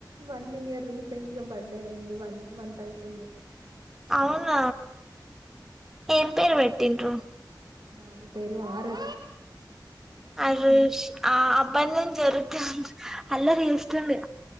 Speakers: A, on the right (about 60°); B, in the centre.
A: one year tenth birthday అయింది వన్ మంత్ ఐతుంది
B: అవున ఏం పేరు పెట్టిండ్రు
A: బాబు పేరు ఆరీ
B: అరెష్ ఆ అప్పటి నుంచి <unintelligible> <unintelligible> అల్లరి చేస్తుంది